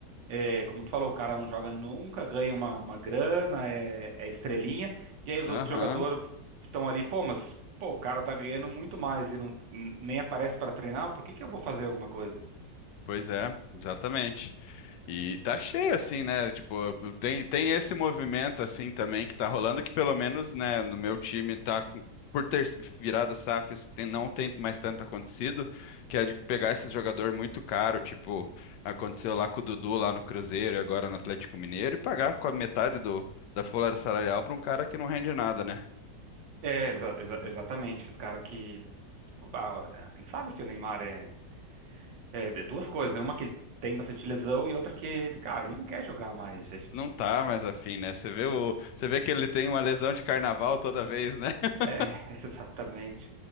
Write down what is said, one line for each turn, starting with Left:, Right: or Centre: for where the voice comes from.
Right: é, como tu falou, o cara não joga nunca, ganha uma, uma grana, é, é estrelinha, e aí os
Left: Aham.
Right: outros jogadores estão ali, pô, mas pô, o cara tá ganhando muito mais e não, n- nem aparece para treinar, por que que eu vou fazer alguma coisa?
Left: Pois é, exatamente. E tá cheio assim, né? Tipo, tem, tem esse movimento assim também que tá rolando, que pelo menos, né, no meu time tá com- por ter virado SAF, isso tem- não tem mais tanto acontecido, que é de pegar esses jogador muito caro, tipo, aconteceu lá com o Dudu lá no Cruzeiro e agora no Atlético Mineiro, e pagar com a metade do, da folha salarial pra um cara que não rende nada, né?
Right: É, exa- exa- exatamente, esse cara que, tipo, ah, a gente sabe que o Neymar é, é de- duas coisas, né? Uma que ele tem bastante lesão e outra que, cara, ele não quer jogar mais.
Left: Não tá mais afim, né? Você vê o, você vê que ele tem uma lesão de carnaval toda vez, né? <laughs>
Right: É, <laughs> exatamente.